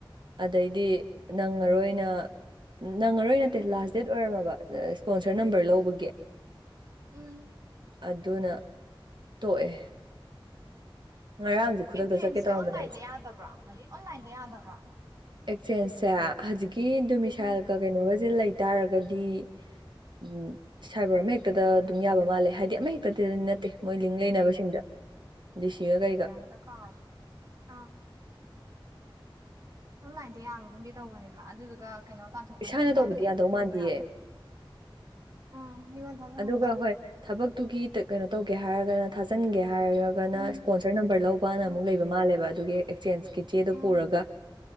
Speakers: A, on the right; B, on the right.
A: ꯑꯗꯩꯗꯤ ꯅꯪꯉꯔꯣꯏꯅ ꯅꯪꯉꯔꯣꯏ ꯅꯠꯇꯦ
B: ꯎꯝ
A: ꯂꯥꯁ ꯗꯦꯠ ꯑꯣꯏꯔꯝꯃꯕ ꯏꯁꯄꯣꯟꯁꯔ ꯅꯝꯕꯔ ꯂꯧꯕꯒꯤ
B: ꯎꯝ ꯎꯝ
A: ꯑꯗꯨꯅ ꯇꯣꯛꯑꯦ ꯉꯔꯥꯡꯁꯦ ꯈꯨꯗꯛꯇ
B: ꯑꯦꯛꯆꯦꯟꯁꯁꯦ
A: ꯆꯠꯀꯦ ꯇꯧꯔꯝꯕꯅꯦ
B: ꯑꯣꯟꯂꯥꯏꯟꯗ
A: ꯑꯩꯁꯦ
B: ꯌꯥꯗꯕ꯭ꯔꯥ ꯑꯣꯟꯂꯥꯏꯟꯗ ꯌꯥꯗꯕ꯭ꯔꯥ
A: ꯑꯦꯛꯆꯦꯟꯁꯁꯦ ꯍꯧꯖꯤꯛꯀꯤ ꯗꯨꯃꯤꯁꯥꯏꯜꯒ
B: ꯎꯝ
A: ꯀꯩꯅꯣꯒꯁꯦ ꯂꯩꯇꯥꯥꯔꯒꯗꯤ ꯎꯝ ꯁꯥꯏꯕꯔ ꯑꯃ ꯍꯦꯛꯇꯗ ꯑꯗꯨꯝ ꯌꯥꯕ ꯃꯥꯜꯂꯦ ꯍꯥꯏꯗꯤ ꯑꯃ ꯍꯦꯛꯇꯗꯗꯤ ꯅꯠꯇꯦ ꯃꯣꯏ ꯂꯤꯡ ꯂꯩꯅꯕꯁꯤꯡꯗ ꯗꯤ ꯁꯤꯒ ꯀꯩꯒ
B: <unintelligible> ꯀꯥ ꯑꯥ ꯑꯣꯝꯂꯥꯏꯟꯗ ꯌꯥꯝꯕꯒꯨꯝꯗꯤ ꯇꯧꯒꯅꯦꯕ ꯑꯗꯨꯗꯨꯒ ꯀꯩꯅꯣ <unintelligible> ꯊꯣꯛꯄꯩ
A: ꯏꯁꯥꯅ
B: ꯂꯦꯞꯅꯕꯅꯦꯕ
A: ꯇꯧꯕꯗꯤ ꯌꯥꯗꯧ
B: ꯀ꯭ꯌꯨꯕ
A: ꯃꯥꯟꯗꯤꯌꯦ
B: ꯌꯥꯝꯅ ꯎꯝ ꯃꯤꯉꯣꯟ ꯊꯥꯖꯍꯟꯕ
A: ꯑꯗꯨꯒ ꯍꯣꯏ ꯊꯕꯛꯇꯨꯒꯤ ꯀꯩꯅꯣ ꯇꯧꯒꯦ ꯍꯥꯏꯔꯒꯅ ꯆꯟꯒꯦ ꯍꯥꯏꯔꯒꯅ
B: ꯎꯝ
A: ꯏꯁꯄꯣꯟꯁꯔ ꯅꯝꯕꯔ ꯂꯧꯕꯅ
B: ꯎꯝ
A: ꯑꯃꯨꯛ ꯂꯩꯕ ꯃꯥꯜꯂꯦꯕ ꯑꯗꯨꯒꯤ ꯆꯦꯟꯁꯀꯤꯆꯦꯗꯨ
B: ꯎꯝ
A: ꯄꯨꯔꯒ